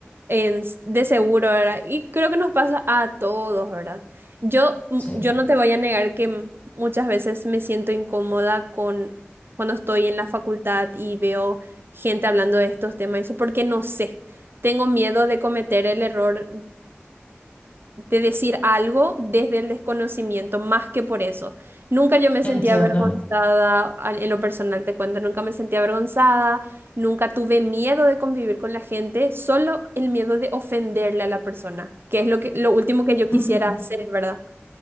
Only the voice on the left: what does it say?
Sí,
entiendo.
Ujú.